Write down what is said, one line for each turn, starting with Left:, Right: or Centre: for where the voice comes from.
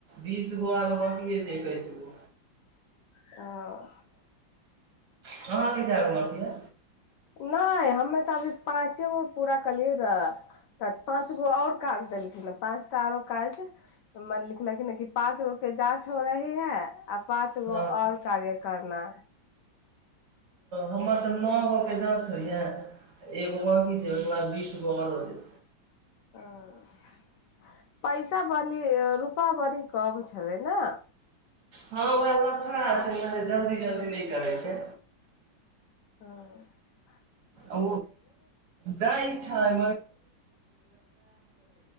Right: बीस गो आर बनए जे एकैस गो।
Left: ह
Right: कहहाँ की छैब मरसीए
Left: नहि हमे तऽ अभी पाँचे गो पूरा कलियै र तऽ पाँच गो आओर काज देलखिन पाँचटा आरो काजर लिखलखिन कि पाँच गो के जाँच हो रही है आ पाँच गो
Right: हँ
Left: और कार्य कर अपना
Right: हमर तऽ नओगोके जाँच होइए एगो बाँकी छै ओहिके बाद बीसगो आओरो जे
Left: ह पैसा बली रुपा बड़ी कम छलै ने
Right: हँ उएह लफड़ छै मर जल्दी जल्दी नहि करै छै
Left: हँ
Right: ओ दइ छै ै